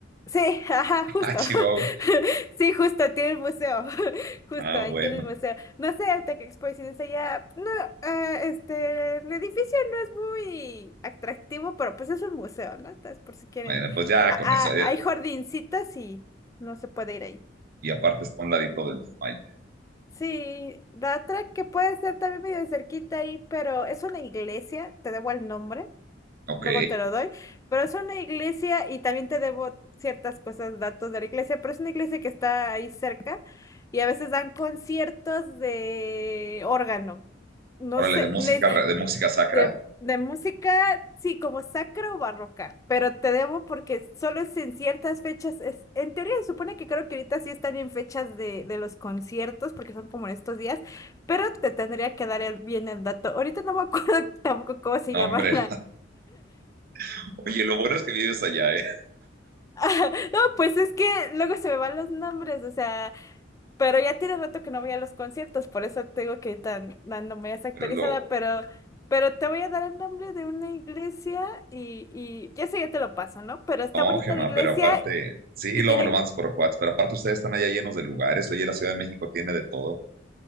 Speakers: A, on the left (about 15°); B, on the right (about 50°).
A: Sí, ajá,
B: <laughs>
A: justo.
B: Ah, Chihuahua.
A: <laughs> Sí, justo, tiene el museo. <laughs> Justo,
B: Ah,
A: ahí
B: bueno.
A: tiene el museo. No sé, el Tech Expo de Ciencia ya. No, ah, este, el edificio no es muy atractivo, pero pues es un museo, ¿no? Entonces, por si quieren.
B: Bueno, pues ya
A: ah,
B: con
A: ah,
B: eso. eh,
A: hay jardincitas y no se puede ir ahí.
B: y aparte está a un ladito del Maya.
A: Sí, la otra que puede ser también medio cerquita ahí, pero es una iglesia, te debo el nombre.
B: Ok,
A: luego te lo doy, pero es una iglesia y también te debo ciertas cosas, datos de la iglesia, pero es una iglesia que está ahí cerca y a veces dan conciertos de órgano, no
B: órale,
A: sé,
B: de música,
A: ne-
B: ra- de música sacra.
A: de, de música, sí, como sacra o barroca, pero te debo porque solo es en ciertas fechas, es, en teoría se supone que creo que ahorita sí están en fechas de, de los conciertos porque son como en estos días, pero te tendría que dar el, bien el dato. Ahorita no me acuerdo <laughs> tampoco cómo se
B: No,
A: llama
B: hombre, <laughs> oye, lo bueno es que vives allá, ¿eh?
A: <laughs> No, pues es que luego se me van los nombres, o sea, pero ya tiene rato que no voy a los conciertos, por eso te digo que tan, tan no me es actualizada,
B: Pero luego,
A: pero, pero te voy a dar el nombre de una iglesia y, y ya sé, ya te lo paso, ¿no? Pero está
B: no,
A: bonita
B: Gemma,
A: la iglesia
B: pero aparte, sí,
A: y
B: luego
A: tienen
B: me lo mandas por WhatsApp, pero aparte ustedes están allá llenos de lugares, oye, la Ciudad de México tiene de todo.